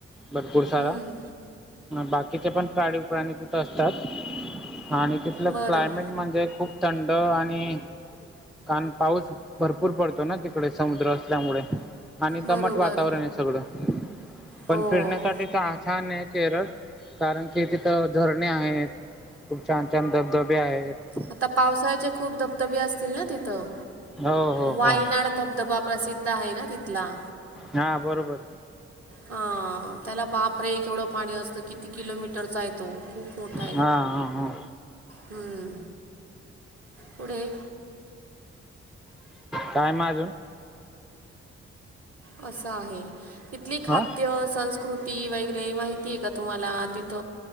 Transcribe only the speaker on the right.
हम्म.
बरं
बरोबर
हो
आता पावसाचे खूप धबधबे असतील ना तिथं.
वायनाड
धबधबा प्रसिद्ध आहे ना तिथला.
हा त्याला बापरे केवढं पाणी असतं किती किलोमीटरचा आहे तो. खूप मोठा
हम पुढे.
असं आहे तिथली खाद्य
संस्कृती वगरे. माहितीय का तुम्हाला तिथ